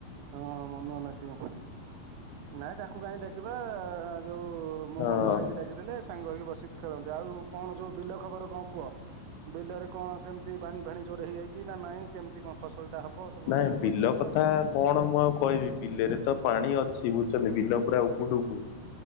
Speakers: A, on the right; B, on the left.
A: ହଁ ହଁ ମନୁଆ ନାତି। ନାଇଁ ତାକୁ କାହିଁ ଡାକିବା ଯୋଉ ମୁଁ
B: ହଁ।
A: ମନୁଆ ଭାଇକି ଡାକ ଦେଲେ ସାଙ୍ଗ ହେଇକି ବସିିକି ଖେଳନ୍ତେ ଆଉ କଣ ଯୋଉ ବିଲ ଖବର କଣ କୁହ? ବିଲରେ କଣ କେମିତି ପାଣି ଫାଣି ଜୋର ହେଇଯାଇଛି ନା ନାଇଁ କେମିତି କଣ ଫସଲ ଟା ହବ ସବୁ
B: ନାଇଁ ବିଲ
A: ବୁଝିଛନ୍ତି
B: କଥା
A: ନା?
B: କଣ ମୁଁ ଆଉ କହିବି ବିଲରେ ତ ପାଣି ଅଛି ବୁଝୁଛନ୍ତି ବିଲ ପୁରା ଉବୁଡୁବୁ।